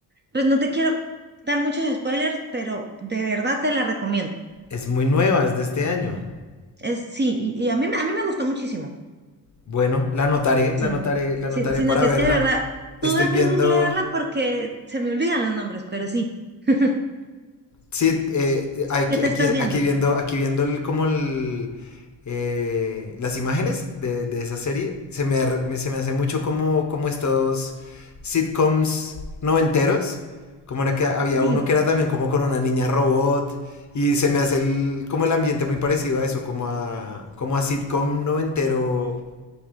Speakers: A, on the right; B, on the left.
A: Pues no te quiero dar muchos spoilers, pero de verdad te la recomiendo.
B: es muy nueva, es de este año.
A: Es, sí, y, y a mí, me- a mí me gustó muchísimo,
B: Bueno, la anotaré,
A: sino,
B: la anotaré, la
A: si-
B: anotaré
A: sino
B: para
A: que
B: verla.
A: es que de verdad tuve
B: Estoy viendo,
A: que googlearla porque se me olvidan los nombres, pero sí. <laughs>
B: sí, eh, eh, aquí,
A: ¿Qué te
B: aquí,
A: estás viendo?
B: aquí viendo, aquí viendo el- como el, eh, las imágenes de, de esa serie. Se me, ar- me- se me hace mucho como, como estos sitcoms noventeros. Como era que había
A: Sí.
B: uno que era también como con una niña robot. Y se me hace el, como el ambiente muy parecido a eso, como a, como a sitcom noventero,